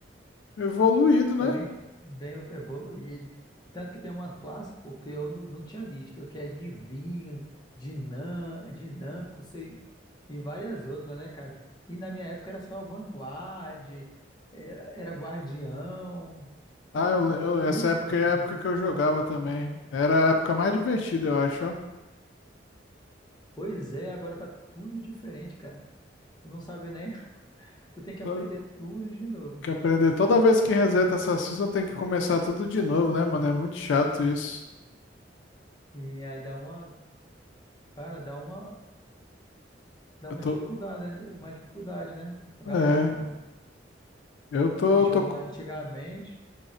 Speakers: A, on the left; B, on the left.
A: evoluído, né?
B: Foi bem, bem evoluído. Tanto que tem umas classes, pô, que eu não, não tinha visto, que é divino, dinam, dinâmico, sei, e várias outras, né, cara? E na minha época era só vanguarda, era, era guardião, agora
A: Ah,
B: tá
A: eu, eu- essa
B: tudo,
A: época
B: mas,
A: é a época que eu jogava também. Era a época mais divertida, eu acho, ó.
B: pois é, agora tá tudo diferente, cara. Tu não sabe nem, <laughs> tu tem que
A: Tô-
B: aprender tudo de novo.
A: Que aprender. Toda vez que reseta essa season tem que começar tudo de novo, né, mano? É muito chato isso.
B: E aí dá uma, cara, dá uma, dá
A: Eu
B: uma
A: tô.
B: dificuldade, né? uma dificuldade, né? A galera
A: É.
B: que não
A: Eu tô,
B: que jogou
A: tô, co-
B: lá antigamente.